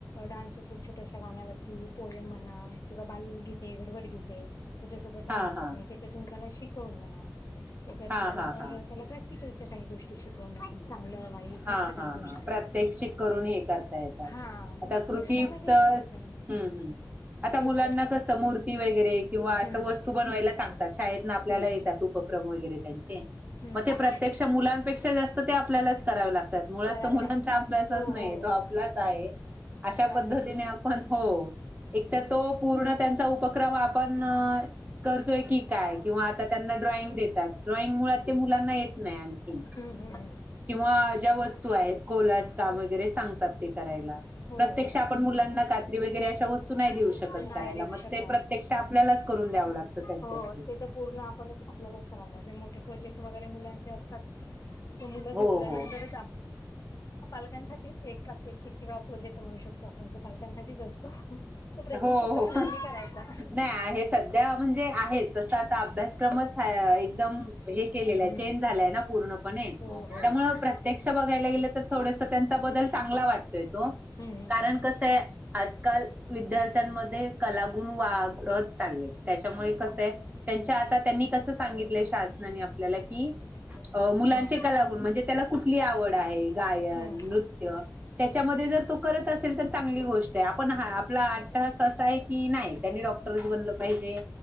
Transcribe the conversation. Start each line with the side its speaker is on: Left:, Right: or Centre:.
Left: डान्स असेल छोट्याश्या गाण्यावरती पोयम म्हणा किंवा बालगीतेे बरोबर गीतेे. त्याच्यासोबत डान्स
Right: हा हा
Left: करणे त्याच्यातून त्याला शिकवण त्याच्यात
Right: हा
Left: नंतर
Right: हा हा
Left: त्याला प्रॅक्. च्या काही गोी श. ण चांगलं वाईट
Right: हा
Left: या सगळ्या
Right: हा
Left: गोष्टी
Right: हा प्रात्यक्षिक करून हे करता येतात.
Left: हा. म
Right: आता कृतीयुक्त
Left: ते मला ना देेत
Right: हम्म
Left: येत.
Right: हम्म. आता
Left: देता
Right: मुलांना
Left: येत
Right: कसं मूर्ती वगैरे किंवा
Left: हम्म
Right: असं वस्तू बनवायला सांगतात शाळेत ना आपल्याला
Left: हम्म
Right: येतातप उपक्रम वगैरे त्यांचे
Left: हम्म
Right: मग ते प्रत्यक्ष मुलांपेक्षा जास्त ते आपल्याला. करा ला मुात
Left: करावे
Right: मुलाचा
Left: लागत
Right: अभ्यास
Left: हो
Right: नाही
Left: हो
Right: तो
Left: हो
Right: आपलाच आहे अशा
Left: आपला
Right: पद्.
Left: टाइम
Right: हो एकत तो पूर्ण त्यांचा उपक्रम आपण. करतोय की काय किंवा आता त्यांना ड्रॉइंग देतात ड्रॉइंग मुळात ते मुलांना येत नाही आणखी.
Left: हम् हम् हम्.
Right: किंवा ज्या वस्तू आहेत कोलास का वगैरे सांगतात ते करायला
Left: हो
Right: प्रत्यक्ष
Left: हो
Right: आपण मुलांना. वगरे अशा वस्तू
Left: हो
Right: नाही देऊ शकत
Left: नाही
Right: करायला
Left: देऊ
Right: मग
Left: शकत
Right: ते प्रत्यक्ष आपल्यालाच. करून द्यावं लागतं त्यांच्याशी.
Left: हो ते तर पूर्ण आपणच आपल्याला वणारठ. मो प्रोजेक्ट वगैरे मुलांचे असतात मुलं झोपल्यानंतरच.
Right: हो हो.
Left: पालकांसाठीच एक प्रात्यक्षिक किंवा प्रोजेक्ट म्हणू शकतो आपण तो पालकांसाठीच असतो. तो प्रेझेंट
Right: हो
Left: सगळ
Right: हो
Left: मुलांनी करायचा.
Right: नाही आहे सध्या म्हणजे आहेच तस आता अभ्यासक्रमच एकदम. हे केलेलं
Left: हम्म
Right: चेंज झालाय ना पूर्णपणे
Left: हो हो
Right: त्यामुळे.
Left: हो हम्म
Right: प्रत्यक्ष बघायला गेलं तर थोडस त्यांचा बदल चांगला वाटतोय तो.
Left: हम्म
Right: कारण
Left: हम्म
Right: कसं आहे आजकाल. विद्यार्थ्यांमध्ये कलागुण वागत चालले त्याच्यामुळे कसे आहे. त्यांच्या आता त्यांनी कसं सांगितलं शाज. आपल्याला की मुलांचे
Left: हम्म
Right: का लागून म्हणजे त्याला कुठली आवड आहे. गायन
Left: हम्म
Right: नृत्य त्याच्यामध्ये जर तो करत असेल तर चांगली गोष्ट आहे आपण ह. आपला आठ तास असा आहे की नाही त्यांनी डॉक्टरच बनलं पाहिजे.